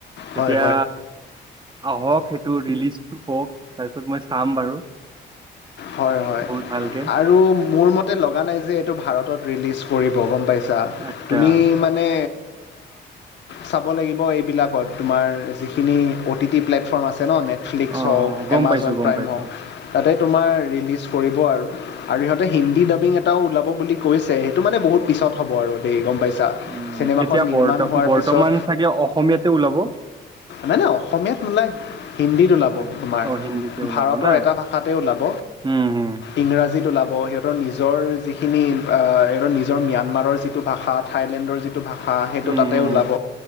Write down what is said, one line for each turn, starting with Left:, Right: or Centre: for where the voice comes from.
Left: হয়
Right: এতিয়া আহক সেইটো ৰিলিজটো হওক। তাৰপিছত মই চাম বাৰু।
Left: হয় - হয়
Right: বহুত ভালকে
Left: আৰু মোৰ মতে লগা নাই যে। এইটো ভাৰতত ৰিলিজ কৰিব গম পাইছা
Right: আচ্ছা
Left: তুমি মানে চাব লাগিব এইবিলাকত তোমাৰ যিখিনি অ' টি টি প্লেটফৰ্ম আছে। আছে ন নেটফ্লিক্স
Right: অ
Left: হওক
Right: গম
Left: এমাজন
Right: পাইছো গম
Left: প্ৰাইম
Right: পাইছো
Left: হওক তাতে তোমাৰ ৰিলিজ কৰিব আৰু আৰু ইহতে হিন্দী ডাবিং। এটা ওলাব বুলি কৈছে সেইটো মানে বহুত পিছত হ'ব আৰু দেই গম পাইছো।
Right: উম
Left: চিনেমাখন
Right: এতিয়া
Left: নিৰ্মাণ
Right: বৰ্ত
Left: হোৱাৰ
Right: বৰ্তমান
Left: পিছত
Right: চাগে অসমীয়াতে ওলাব
Left: মানে অসমীয়াত নোলাই হিন্দীত ওলাব
Right: আহ,
Left: তোমাৰ
Right: অ হিন্দীতে ওলাব
Left: ভাৰতৰ
Right: না
Left: এটা ভাষাতে ওলাব
Right: উম হম
Left: ইংৰাজীত ওলাব। সিহতৰ নিজৰ যিখিনি সিহতৰ নিজৰ ম্যানমাৰৰ যিটো ভাষা থাইলেণ্ডৰ যিটো ভাষা হা সেইটো
Right: উম
Left: তাতে
Right: হম
Left: ওলাব